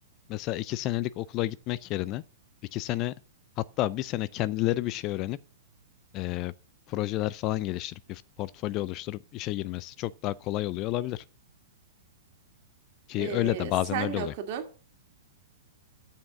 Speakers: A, on the left; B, on the right.
A: mesela iki senelik okula gitmek yerine iki sene hatta bir sene kendileri bir şey öğrenip eee, projeler falan geliştirip bir portfolyo oluşturup işe girmesi çok daha kolay oluyor olabilir. Ki
B: Ee,
A: öyle de bazen
B: sen
A: öyle
B: ne
A: oluyor.
B: okudun?